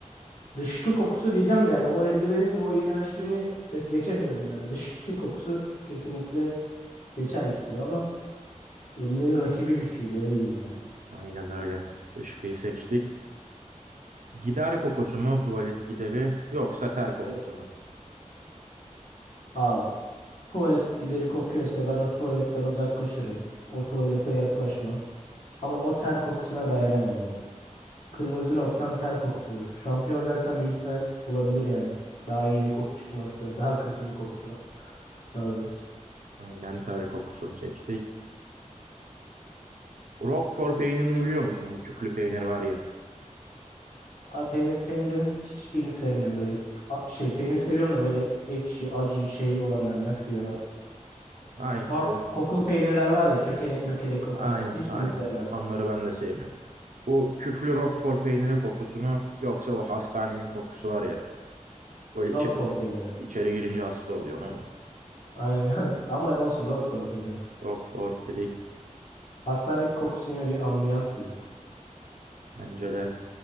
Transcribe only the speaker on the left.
dışkı kokusu diyeceğim de yani o eldivenin de o iğrençliğini es geçemiyorum yani. Dışkı kokusu kesinlikle geçer üstüne ama Eldivenin rakibi güçlüydü öyle diyeyim yani.
Evet.
Abi tuvalet gideri kokuyorsa ben o tuvaletten uzaklaşırım. O tuvalete yaklaşmam. Ama o ter kokusuna dayanamam abi. Kırmızı noktam ter kokusudur. Şampiyon zaten büyük ihtimal olabilir yani. Daha iyi bir koku çıkmazsa daha kötü bir koku da, daha doğrusu.
Abi peynir, peynirin hiçbirini sevmiyorum böyle a- şey peynir seviyorum da böyle ekşi acı şey olanları nasıl diyorlar.
Tuhaf
kokulu peynirler var ya çökelek mökelek o
tarz hiçbirini
sevmem.
Roquefort peyniri.
Aynen. <laughs> Ama olsun Roquefort peyniri.
Hastane kokusu yine bir ambiyans gibi.